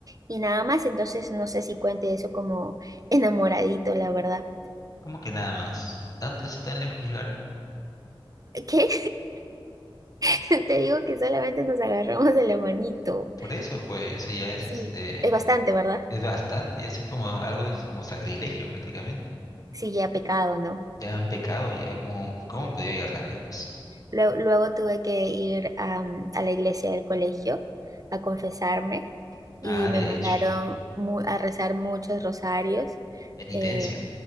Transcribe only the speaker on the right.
y nada más, entonces no sé si cuente eso como <laughs> enamoradito, la verdad.
¿Qué? <laughs> Te digo que solamente nos agarramos de la manito.
Sí,
es bastante, ¿verdad?
Sí, ya pecado, ¿no?
Sí,
sí.
Luego, luego tuve que ir am, a la iglesia del colegio a confesarme y
me mandaron
mu- a rezar muchos rosarios.
eh,